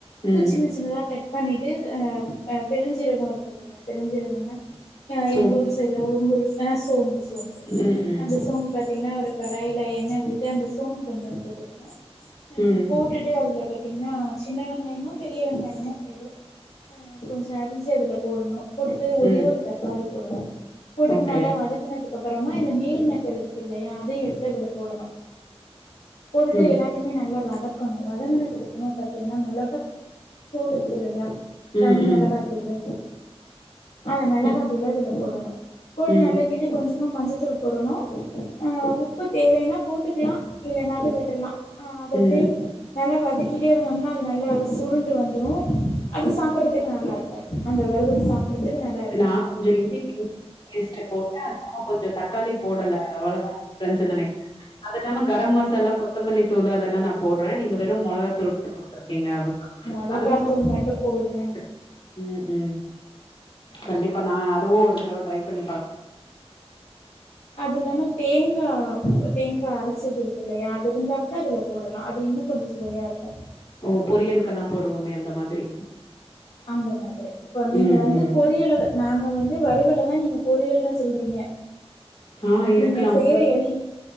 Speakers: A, on the left; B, on the left.
A: ம்
B: சின்ன சின்னதா கட் பண்ணிட்டு அ பெருஞ்சீரகோ இருக்குல்லையா பெருஞ்சீரகம்னா ஆ
A: சோ
B: எங்க ஊர்ல சைட்ல உங்க ஊரு ஆ சோம்பு சோம்பு
A: ம் ம்
B: அந்த சோம்பு பாத்தீங்கன்னா ஒரு கடாய்ல எண்ண விட்டு அந்த சோம்பு கொஞ்சோனு போட்டுக்கணு
A: ம்
B: போட்டுட்டு அதுல பாத்தீங்கன்னா சின்ன வெங்காயமோ பெரிய வெங்காயமோ எதோ கொஞ்சோ அரிஞ்சு அதுல போடணு போட்டுட்டு ஒரே
A: ம்
B: ஒரு தக்காளி போடணு போட்டுட்டு
A: ஓகே
B: நல்லா வதக்குனதுக்கு அப் புறமா இந்த மீல் மேக்கர் இருக்குல்லையா அதையு எடுத்து அதுல போடணு போட்டுட்டு
A: ம்
B: எல்லாத் துமே நல்லா வதக்கணு வதங்குனதுக்கு அப்புறமா பாத்தீங்கன்னா மெளகாத்தூள் இருக்குல்லையா
A: ம் ம்
B: தனி மெளகாத்தூளு
A: ம்
B: அந்த மெளகாத்தூள
A: ம்
B: இதுல போடணு போட்டு
A: ம்
B: நல்லா கிண்டி கொஞ்சமா மஞ்சத்தூள் போடணு உப்பு தேவைனா போட்டுக்கலா இல்லனாலு விட்டுர்லா ஆ அதெப்டி
A: ம்.
B: நல்லா வதக்கிட்டே இருந்தோம்னா அது நல்லா சுருண்டு வந்துரும் அது சாப்புட்றதுக்கு நல்லா இருக்கு அந்த வறுவல் சாப்புட்றதுக்கு நல்லா
A: நா கொஞ்ச இன்பிட்வின் ஈஸ்டு போட்டு அது இல்லாம கொஞ்சம் தக்காளி போடல அவ்வளதா நெனக்கிறே அது இல்லாம கரம் மசாலா கொத்தமல்லி தூளு அதெல்லா நா போட்றே நீங்க வெறும் மொளகா தூள் போட் <inaudible> கீங்க அவ்ள <inaudible>
B: மொளகாத்தூள்
A: அதுவும் கொஞ்
B: மட்டு போடுறே
A: <inaudible> உம் உம் கண்டிப்பா
B: ஆமா
A: நா அதுவு ஒரு தடவ ட்ரை பண்ணி பா
B: அதில்லாம தேங்கா தேங்கா அரைச்சதிருக்கில்லையா அதிருந்தா கூட இதுல போடலா அது இன்னு கொஞ்ச சுவையா ருக்கு
A: ஓ பொரியல்கெல்லாம் போடுவோமே அந்த மாதிரி
B: அந்த மாதிரி இப்போ நீங்க
A: ம்,
B: வந்து
A: ம்.
B: பொரியலதா நாங்க வந்து வருவலதா நீங்க பொரியல்னு சொல்றீங்க
A: ஆ இருக்கலாம்.
B: நீங்க செய்ற எல்